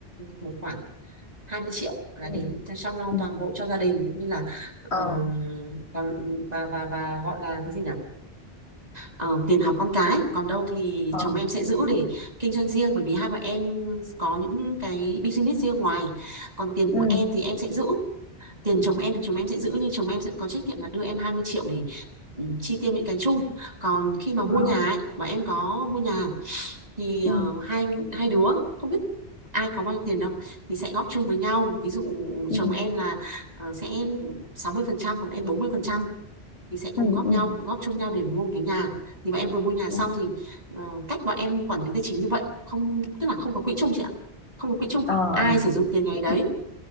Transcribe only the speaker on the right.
một khoản 20 triệu là
để chăm lo
toàn bộ cho gia đình cũng như là ờ,
còn và và và gọi là cái gì nhỉ Ờ, tiền học con cái còn đâu thì
chồng em sẽ giữ để kinh doanh riêng bởi vì hai bọn em có những cái business riêng ngoài còn tiền của
em thì em sẽ giữ tiền chồng em thì chồng em sẽ giữ nhưng chồng em sẽ có trách nhiệm là đưa em 20 triệu để ừ, chi tiêu những cái chung còn khi mà mua
nhà ấy và em có mua nhà thì ờ,
hai hai đứa không biết ai có bao nhiêu tiền đâu thì sẽ góp chung với nhau ví dụ
chồng em là ờ, sẽ sáu mươi phần trăm còn em bốn mươi phần trăm mình sẽ cùng
góp
nhau góp chung nhau để mua một cái nhà thì mà em vừa mua nhà
xong thì ờ, cách bọn em quản lý tài chính như vậy không tức là không có quỹ chung chị ạ không có quỹ chung
ai sử dụng tiền ngày
đấy